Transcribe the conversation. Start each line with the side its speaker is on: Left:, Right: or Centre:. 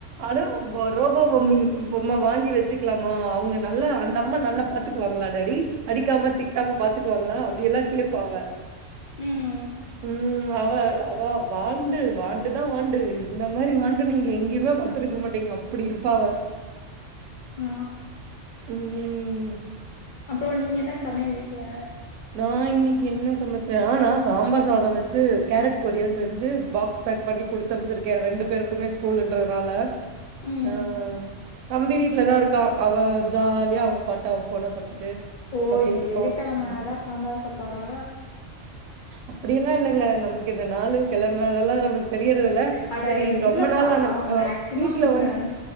Right: ஆனா நம்போ ரோபோ மம்மி பொம்ம வாங்கி வெச்சுக்கலாமா அவுங்க நல்லா அந்த அம்மா நல்லா பாத்துக்குவாங்ளா டேடி அடிக்காம திட்டாம பாத்துக்குவாங்ளா அப்டியெல்லா கேட்ப அவ
Left: ம்
Right: ம் அவ அவ வாண்டு வாண்டுதா வாண்டு இந்த மாரி வாண்டு நீங்க எங்கேயுமே பாத்திருக்க மாட்டீங்க அப்டி இருப்பா அவ
Left: ஆ
Right: ம்
Left: அப்றோ நீங்க என்ன சமையல் வீட்ல
Right: நா இன்னைக்கு என்ன சமைச்சே நா சாம்பார் சாதம் வச்சு கேரட் பொரியல் செஞ்சு பாக்ஸ் பேக் பண்ணி குடுத்து அனுப்சிருக்கே ரெண்டு பேருக்குமே ஸ்கூலுன்றனால
Left: ம்
Right: ஆ தம்பி வீட்ல தா இருக் க்கா அவ ஜாலியா அவன் பாட்டு அவ போனை பாத்துட்டு
Left: ஓ
Right: அப்டி
Left: இன்னைக்கு
Right: இருப்பா
Left: வெள்ளிக்கெழமனாலதா
Right: ம்
Left: சாம்பார் சாப்பாடா
Right: அப்படிலா இல்லைங்க நமக்கு இந்த நாளு கெழம அதெல்லா நமக் தெரியறதுல
Left: அட
Right: சரி ரொம்ப நாளா
Left: இல்லப்பா
Right: ஆன
Left: மேக்சிமம்
Right: வீக்ல
Left: இப்ப
Right: ஒன்ஸ்
Left: வந்து